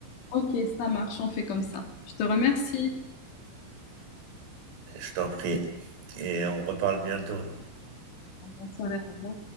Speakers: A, on the left; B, on the right.
A: Ok, ça marche, on fait comme ça. Je te remercie.
B: je t'en prie. Et on reparle bientôt.
A: Bonne soirée. Au revoir.